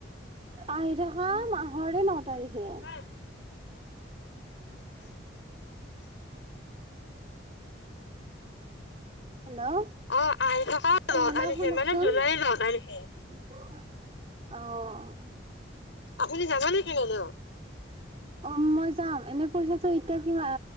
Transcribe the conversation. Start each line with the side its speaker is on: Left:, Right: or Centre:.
Right: আহি থকা মাহৰে ন' তাৰিখে।
Left: <unintelligible> <unintelligible>
Right: হেল্ল'?
Left: অ' আহি থকা ন'
Right: হেল্ল'
Left: তাৰিখে,
Right: শুনকচোন
Left: মানে জুলাই ন' তাৰিখে।
Right: অ'।
Left: আপুনি যাবা নেকি লগত?
Right: অ' মই যাম, এনেই পইচাটো এতিয়া কিমান